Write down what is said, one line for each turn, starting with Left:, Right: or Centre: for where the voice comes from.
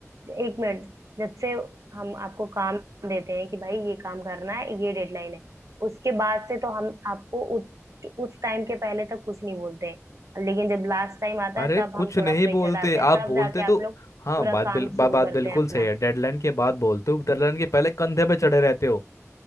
Right: एक मिनट जब से हम आपको काम देते हैं कि भाई ये काम करना है ये डेडलाइन है उसके बाद से तो हम आपको उत, उस टाइम के पहले तक कुछ नहीं बोलते हैं लेकिन जब लास्ट टाइम आता
Left: अरे
Right: है तब
Left: कुछ
Right: हम
Left: नहीं
Right: थोड़ा प्रेशर
Left: बोलते
Right: डालते हैं
Left: आप
Right: तब
Left: बोलते
Right: जाके आप
Left: तो
Right: लोग
Left: हाँ
Right: पूरा
Left: बात बिल,
Right: काम
Left: बा,
Right: शुरू
Left: बात
Right: करते
Left: बिल्कुल
Right: हैं अपना
Left: सही है डेडलाइन के बाद बोलते हो डेडलाइन के पहले कंधे पे चढ़े रहते हो